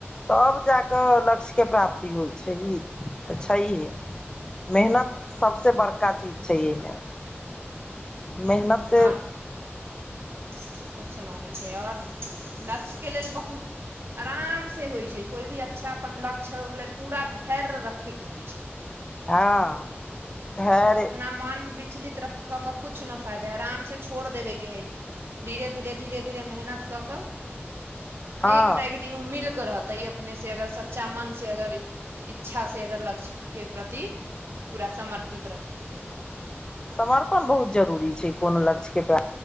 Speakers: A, on the left; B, on the right.
A: तब जा कऽ लक्ष्यके प्राप्ति होइ छै, ई तऽ छैहे मेहनत सबसे बड़का चीज छै एहिमे, मेहनत से
B: आब कुछ ना होइ छै आओर लक्ष्यके लेल बहुत आरामसँ होइ छै कोइ भी अच्छा अपन लक्ष्य ओहिके लेल पूरा धैर्य रखैके होइ छै
A: हँ धैर्य
B: त अपना मन विचलित रखय क किछु नहि फायदा हइ, आरामसँ छोड़ि देबयके हइ धीरे-धीरे धीरे-धीरे मेहनत कऽकऽ
A: हँ
B: एक ने एक दिन मिलके रहतै अपनेसे अगर सच्चा मनसे अगर इच्छासे अगर लक्ष्य के प्रति पूरा समर्पित रहतै तऽ
A: समर्पण बहुत जरूरी छै कोनो लक्ष्यके प्राप्ति लेल।